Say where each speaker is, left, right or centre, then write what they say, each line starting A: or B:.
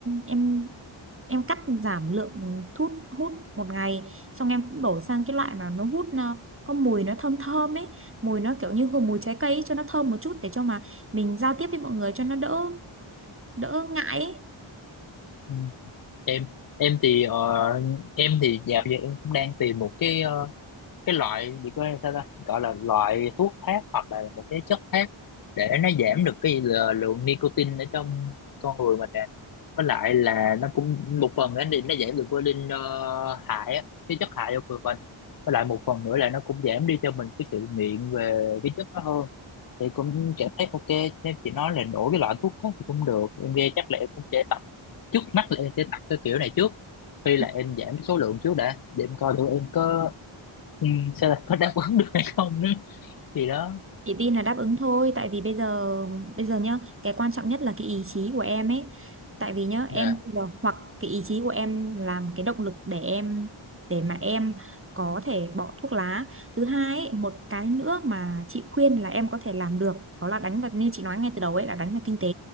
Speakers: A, on the right (about 25°); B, on the left (about 45°).
A: em em cắt giảm lượng thuốc hút một ngày xong em cũng đổi sang cái loại mà nó hút ờ, có mùi nó thơm thơm ấy mùi nó kiểu như hương mùi trái cây ấy, cho nó thơm một chút để cho mà mình giao tiếp với mọi người cho nó đỡ đỡ ngại ấy
B: Ừ. em em thì ờ, em thì dạo giờ em cũng đang tìm một cái ờ, cái loại gì có sao ta gọi là loại thuốc khác hoặc là một cái chất khác để nó giảm được cái lờ- lượng nicotine ở trong con người mình nè với lại là nó cũng một phần nữa thì nó giảm được cái linh ờ, hại á, cái chất hại cho người mình với lại một phần nữa là nó cũng giảm đi cho mình cái sự nghiện về cái chất đó hơn thì cũng cảm thấy ok nên chị nói là đổi cái loại thuốc đó thì cũng được em nghe chắc là em cũng sẽ tập trước mắt là em sẽ tập cái kiểu này trước khi
A: Ừ.
B: là em giảm số lượng trước đã để em coi thử em có ừ, xem là có đáp ứng được hay không nữa thì đó
A: Chị tin là đáp ứng thôi tại vì bây giờ bây giờ nhá, cái quan trọng nhất là cái ý chí của em ấy. Tại vì nhá, em
B: dạ
A: bây giờ hoặc cái ý chí của em làm cái động lực để em để mà em có thể bỏ thuốc lá. Thứ hai ấy, một cái nữa mà chị khuyên là em có thể làm được đó là đánh vào như chị nói ngay từ đầu ấy là đánh vào kinh tế.